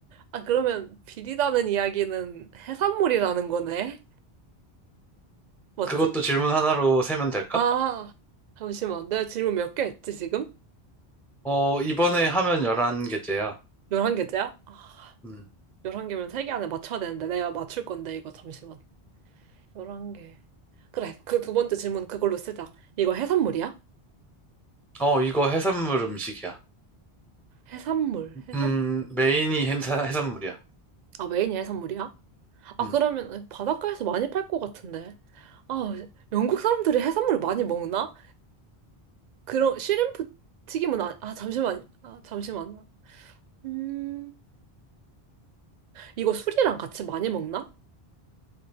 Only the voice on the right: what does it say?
아, 그러면 비리다는 이야기는 해산물이라는 거네? 맞지?
아, 잠시만. 내가 질문 몇 개 했지, 지금?
11개째야? 아,
11개면 3개 안에 맞춰야 되는데, 내가 맞출 건데, 이거 잠시만. 11개. 그래, 그 두 번째 질문 그걸로 쓰자. 이거 해산물이야?
해산물, 해산,
아, 메인이 해산물이야? 아,
그러면 바닷가에서 많이 팔 것 같은데. 아, 영국 사람들이 해산물 많이 먹나? 그런 shrimp 튀김은 아, 아 잠시만. 아, 잠시만. 음, 이거 술이랑 같이 많이 먹나?